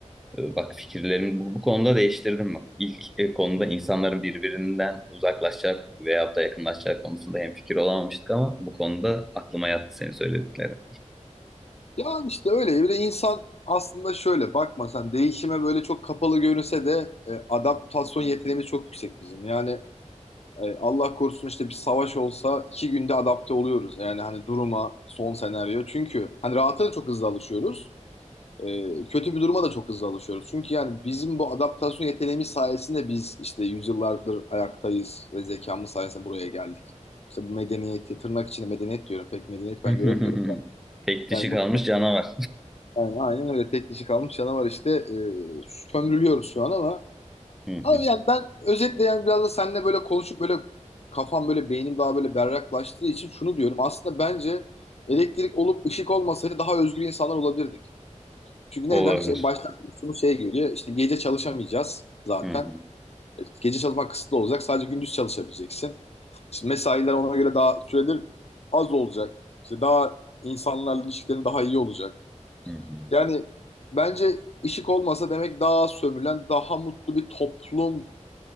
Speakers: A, in the centre; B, on the left (about 55°).
A: E, Bak fikirlerimi bu, bu konuda değiştirdim bak. İlk e, konuda insanların birbirinden uzaklaşacak veyahut da yakınlaşacak konusunda hemfikir olamamıştık ama bu konuda aklıma yattı senin söylediklerin.
B: ya işte öyle bir de insan aslında şöyle bakma sen değişime böyle çok kapalı görünse de e, adaptasyon yeteneğimiz çok yüksek bizim. Yani E, Allah korusun işte bir savaş olsa iki günde adapte oluyoruz. Yani hani duruma, son senaryo. Çünkü hani rahata da çok hızlı alışıyoruz. E, kötü bir duruma da çok hızlı alışıyoruz. Çünkü yani bizim bu adaptasyon yeteneğimiz sayesinde biz işte yüzyıllardır ayaktayız ve zekamız sayesinde buraya geldik. İşte bu medeniyeti, tırnak içinde medeniyet diyorum. Pek medeniyet ben
A: <laughs>
B: göremiyorum.
A: Tek dişi
B: Yani
A: kalmış
B: bu
A: canavar.
B: yani aynen öyle tek dişi kalmış canavar işte e, sömürülüyoruz şu an ama
A: <laughs> Hı hı.
B: Abi yani ben özetle yani biraz da seninle böyle konuşup böyle kafam böyle beynim daha böyle berraklaştığı için şunu diyorum. Aslında bence elektrik olup ışık olmasaydı daha özgür insanlar olabilirdik. Çünkü
A: Olabilir.
B: neden? Şey, baştan şunu şey geliyor. İşte gece çalışamayacağız zaten.
A: Hı hı.
B: E, Gece çalışmak kısıtlı olacak. Sadece gündüz çalışabileceksin. İşte mesailer ona göre daha süredir az olacak. İşte daha insanlarla ilişkilerin daha iyi olacak.
A: Hı hı.
B: Yani bence ışık olmasa demek daha az sömürülen, daha mutlu bir toplum